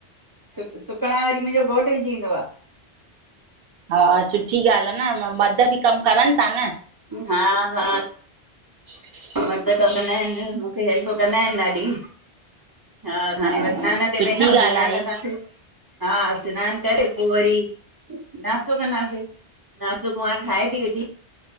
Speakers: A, on the right (about 35°); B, on the right (about 65°).
A: सुक सुकिणां वरी मुंजो घोटु विझीं ईंदो आ <inaudible>
B: हा सुठी ॻाल्हि आ न म मर्द बि कमु करनि ता न
A: हा हा
B: अ <inaudible>
A: मर्द क कंदा हिनि, मुखे हेल्प कंदा हिनि ॾाढी हा हाणें
B: हा,
A: वरी सनान ते
B: सुठी
A: वेंदम सनान
B: ॻाल्हि आहे।
A: तां थी हा सनानु करे पो वरी नाश्तो कंदा से नास्तो कुवाँर ठाहे ती वेठी।